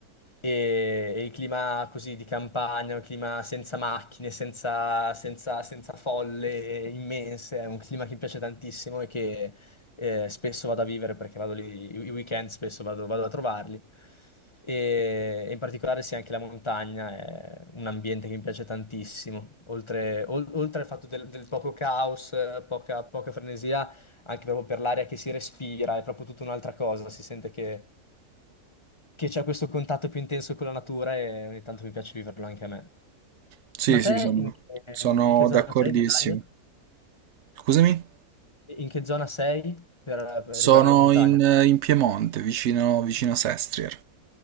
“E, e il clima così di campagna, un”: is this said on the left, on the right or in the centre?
Left